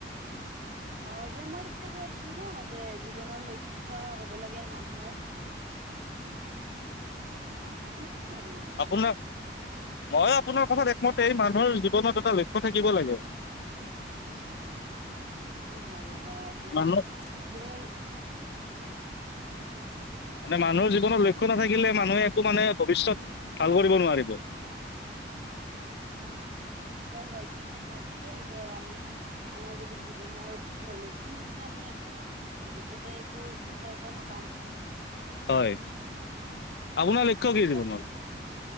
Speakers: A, on the right (about 45°); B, on the left (about 65°).
A: অ যে মই এইটোয়ে কৈছিলো ন যে জীৱনৰ লক্ষ্য হব লাগে মানুহৰ <inaudible> আপুনি কি ভাবেনো?
B: আপোনাৰ মই আপোনাৰ কথা মতে মানুহৰ জীৱনত এটা লক্ষ্য থাকিব লাগে।
A: হয় হয় আমাৰ এতিয়া
B: মানুহ
A: জীৱনৰ
B: মানুহৰ জীৱত লক্ষ্য
A: অ ক-
B: নাথাকে মানুহে মানে ভৱিষ্যত ভাল কৰিব নোৱাৰিব।
A: হয় হয় ঠিক কথা কৈছে দেই। যে আমি আমাৰ যদি জীৱনৰ লক্ষ্যই নাথা আমি একো ভৱিষ্যতে একো সফলতাই নাপাম।
B: হয় আপোনাৰ লক্ষ্য
A: এনে
B: কি জীৱনত?
A: পাছে